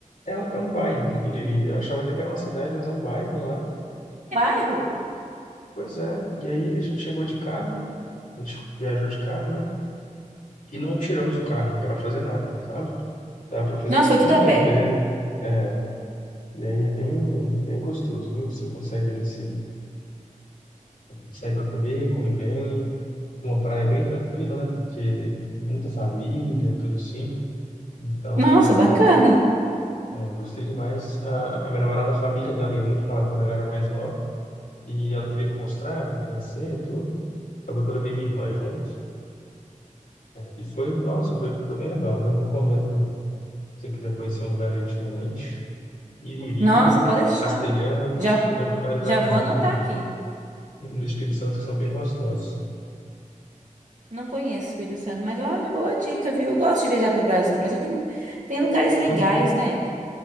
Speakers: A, on the left; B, on the right.
A: É, um- é um bairro, Iriri. Eu achava até que era uma cidade, mas é um bairro lá.
B: Bairro?
A: Pois é. E aí a gente chegou de carro, a gente viajou de carro, né? E não tiramos o carro para fazer nada, sabe? Dá para fazer
B: Nossa, foi
A: tudo
B: tudo a pé.
A: a pé. É, e aí é bem, bem gostoso, viu? Você consegue ali se sair para comer, comer bem. Uma praia bem tranquila, né? Porque muita família, tudo assim. Então,
B: Nossa, bacana.
A: é, eu gostei demais. A, a minha namorada, a família dela ia muito para lá quando ela era mais nova. E ela queria me mostrar para eu conhecer tudo. Acabou que eu levei minha irmã junto. E foi, nossa, foi, foi bem legal, viu? Recomendo, se você quiser conhecer um lugar aí diferente. Iriri,
B: Nossa, pode deixar.
A: Castelhanos,
B: Já,
A: tem uns lugares lá
B: já
A: em-
B: vou anotar
A: em-
B: aqui.
A: no Espírito Santo que são bem gostosos.
B: Não conheço Espírito Santo, mas olha, boa dica, viu? Eu gosto de viajar pro Brasil. O Brasil tem, tem lugares legais,
A: Uhum.
B: né?